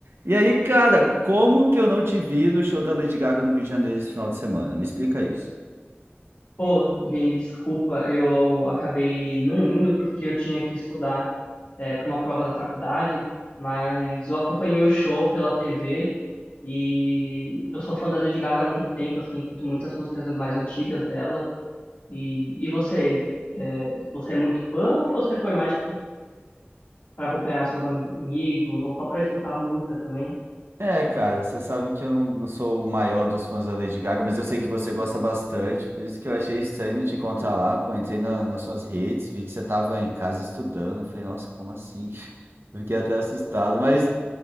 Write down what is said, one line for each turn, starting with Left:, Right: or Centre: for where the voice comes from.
Right: E aí, cara, como que eu não te vi no show da Lady Gaga no Rio de Janeiro esse final de semana? Me explica isso.
Left: Pô, Vini, desculpa, eu acabei não indo porque eu tinha que estudar para uma prova da faculdade, mas eu acompanhei o show pela TV e eu sou fã da Lady Gaga há muito tempo, assim, curto muitas músicas mais antigas dela. E, e você, é, você é muito fã ou você foi mais para acompanhar seus amigos ou só para escutar música também?
Right: É, cara, você sabe que eu não, não sou o maior dos fãs da Lady Gaga, mas eu sei que você gosta bastante, por isso que eu achei estranho te encontrar lá, pô, entrei na- nas suas redes, vi que você estava em casa estudando, eu falei, nossa, como assim? <laughs> Fiquei até assustado, mas